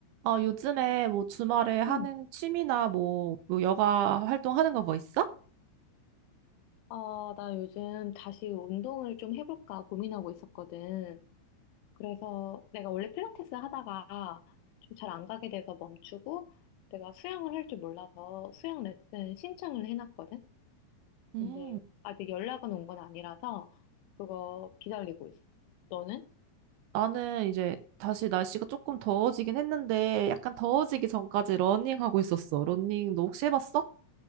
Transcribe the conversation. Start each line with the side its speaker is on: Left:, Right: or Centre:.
Right: 아, 요즘에 뭐 주말에 하는
Left: 응.
Right: 취미나 뭐, 뭐 여가 활동하는 거 뭐 있어?
Left: 아, 나 요즘 다시 운동을 좀 해볼까 고민하고 있었거든. 그래서 내가 원래 필라테스 하다가 좀 잘 안 가게 돼서 멈추고 내가 수영을 할 줄 몰라서 수영 레슨 신청을 해놨거든.
Right: 음,
Left: 근데 아직 연락은 온 건 아니라서 그거 기다리고 있어. 너는?
Right: 나는 이제 다시 날씨가 조금 더워지긴 했는데 약간 더워지기 전까지 러닝하고 있었어. 러닝 너 혹시 해봤어?